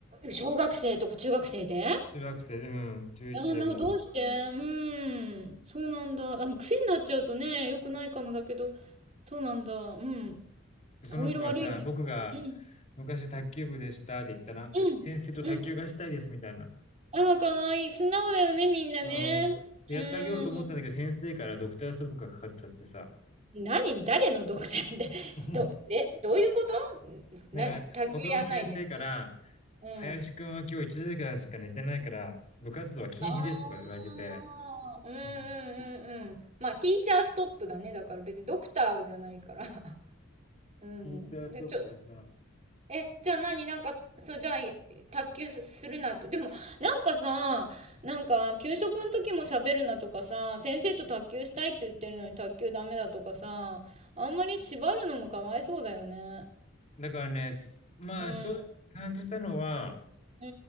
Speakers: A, on the right (about 35°); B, on the left (about 35°).
A: 小学生とか中学生で
B: 中学生、うん、11でも。
A: ああ、などうして？うん。そうなんだ。あ、もう癖になっちゃうとね、良くないかもだけど、そうなんだ。うん。
B: でその子がさ、
A: 顔色悪いんだ。
B: 僕が
A: うん、
B: 昔卓球部でしたって言ったら、
A: うん、
B: 先生と卓球がしたいですみたいな。
A: うん。あら、可愛いい。素直だよね、みんなね。
B: そう。で、やってあげようと思ったんだけど、
A: うーん。
B: 先生からドクターストップがかかっちゃってさ。
A: 何？誰のドクターって、<laughs>
B: <laughs>
A: どえ、どういうこと？ん、
B: なんか、
A: 何？卓球やんないで。
B: 他の先生から、
A: うん。
B: 林くんは今日1時間しか寝てないから、部活動は禁止ですとか言われてて、
A: ああ、うんうんうんうん。
B: うん
A: まあ、ティーチャーストップだね、だから別にドクターじゃないから。<laughs> うん。
B: ティーチャーストップでさ、
A: で、ちょえ、じゃあ何なんか、そう、じゃあ、卓球するなと。でも、なんかさ、なんか、給食の時も喋るなとかさ、先生と卓球したいって言ってるのに卓球ダメだとかさ、あんまり縛るのもかわいそうだよね。
B: だからね、すまあ正直感じたのは、
A: うん、う